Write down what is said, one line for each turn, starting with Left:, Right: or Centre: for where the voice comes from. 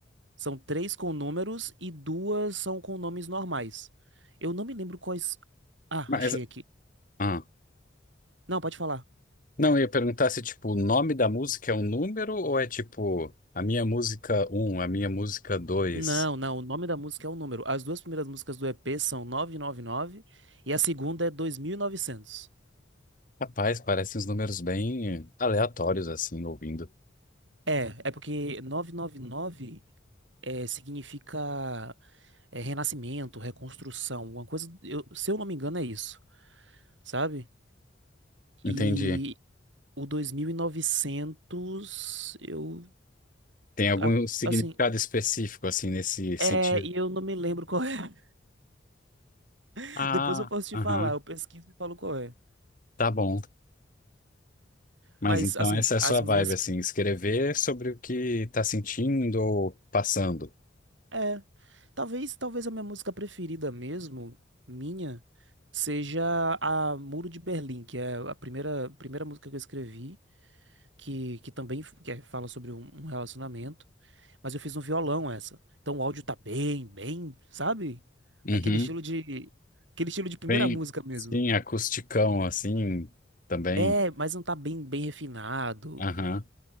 Right: São três com números e duas são com nomes normais. Eu não me lembro quais. Ah,
Left: Mas,
Right: achei aqui.
Left: ah,
Right: Não, pode falar.
Left: não, eu ia perguntar se tipo o nome da música é um número ou é tipo a minha música um, a minha música 2.
Right: Não, não, o nome da música é o número. As duas primeiras músicas do EP são 999 e noventa e nove e a segunda é dois mil e novecentos
Left: Rapaz, parecem uns números bem aleatórios, assim, ouvindo.
Right: É, é porque 999 é, significa é, renascimento, reconstrução, uma coisa. eu- se eu não me engano, é isso. sabe?
Left: Entendi.
Right: E o 2900 eu,
Left: Tem algum
Right: a-
Left: significado
Right: assim,
Left: específico, assim, nesse sentido?
Right: é, e eu não me lembro qual é. <laughs>
Left: Ah,
Right: Depois eu posso te
Left: aham,
Right: falar, eu pesquiso e falo qual é.
Left: tá bom. Mas
Right: Mas,
Left: então
Right: assim,
Left: essa é a sua
Right: as
Left: vibe,
Right: minhas,
Left: assim, escrever sobre o que tá sentindo ou passando.
Right: é, talvez, talvez a minha música preferida mesmo, minha, seja a Muro de Berlim, que é a primeira, primeira música que eu escrevi. que, que também f- que é- fala sobre um, um relacionamento, mas eu fiz no violão essa. Então o áudio tá bem, bem, sabe?
Left: Uhum.
Right: Daquele estilo de, aquele estilo de primeira
Left: Bem,
Right: música mesmo.
Left: sim, acusticão, assim, também.
Right: É, mas não tá bem, bem refinado.
Left: Aham.